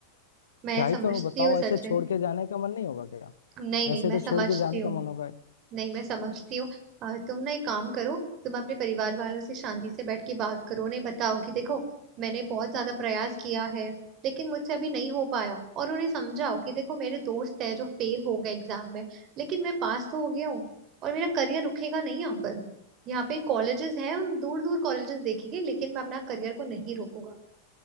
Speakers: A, on the right; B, on the left.
A: मैं
B: क्या
A: समझती
B: ही करूं बताओ
A: हूँ
B: ऐसे
A: सचिन
B: छोड़ के जाने का मन नहीं होगा क्या
A: नहीं नहीं
B: ऐसे
A: मैं
B: तो
A: समझती
B: छोड़ के जाने
A: हूँ
B: का मन होगा
A: नहीं मैं समझती हूँ अ, तुम ना एक काम करो तुम अपने परिवार वालों से शांति से बैठ के बात करो उन्हें बताओ कि देखो मैंने बहुत ज्यादा प्रयास किया है लेकिन मुझसे अभी नहीं हो पाया और उन्हें समझाओ कि देखो मेरे दोस्त है जो फेल हो गए एग्जाम में लेकिन मैं पास तो हो गया हूँ और मेरा करियर रुकेगा नहीं यहाँ पर यहाँ पे कॉलेजेस हैं हम दूर दूर कॉलेजेस देखेंगे लेकिन मैं अपना करियर को नहीं रोकूंगा